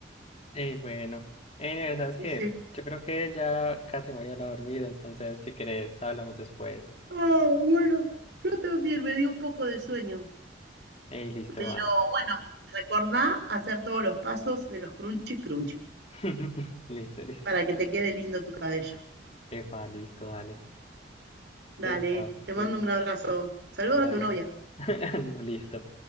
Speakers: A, on the left (about 35°); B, on the right (about 65°).
A: Y bueno, Ey, Neve, ¿sabes
B: Dice,
A: qué? Yo creo que ya casi me voy a ir a dormir, entonces si querés hablamos después.
B: oh, bueno, yo también me dio un poco de sueño,
A: Ey, listo,
B: pero
A: va.
B: bueno, recordá hacer todos los pasos de los crunchy crunchy
A: <laughs> Listo, listo.
B: para que te quede lindo tu cabello.
A: Epa, listo, dale.
B: Dale,
A: Entonces, chao.
B: te mando
A: Entonces,
B: un abrazo. Saludos
A: bye.
B: a tu novia.
A: <laughs> Listo.